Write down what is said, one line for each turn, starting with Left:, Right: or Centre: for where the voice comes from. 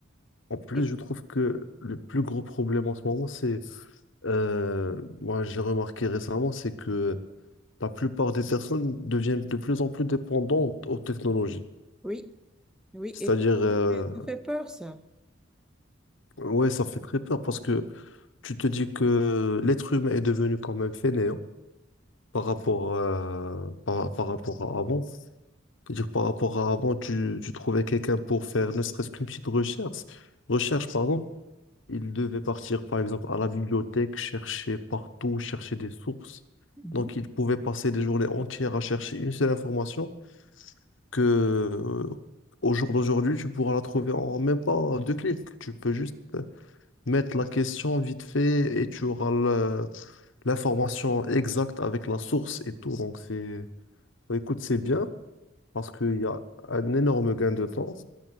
Left: En plus,
Centre: Et-
Left: je trouve que le plus gros problème en ce moment, c'est, euh, moi j'ai remarqué récemment, c'est que la plupart des personnes deviennent de plus en plus dépendantes aux technologies.
Centre: oui, oui,
Left: C'est-à-dire,
Centre: et ça
Left: euh,
Centre: fait ça fait peur, ça.
Left: ouais, ça fait très peur parce que tu te dis que l'être humain est devenu quand même fainéant par rapport, euh, par, par rapport à avant. C'est-à-dire, par rapport à avant, tu, tu trouvais quelqu'un pour faire ne serait-ce qu'une petite recherche, recherche, pardon. Il devait partir, par exemple, à la bibliothèque, chercher partout, chercher des sources.
Centre: Mhm.
Left: Donc, il pouvait passer des journées entières à chercher une seule information que, euh, au jour d'aujourd'hui, tu pourras la trouver en même pas deux clics. Tu peux juste euh, mettre la question vite fait et tu auras le- l'information exacte avec la source et tout. Donc, c'est, Bah, écoute, c'est bien parce qu'il y a un énorme gain de temps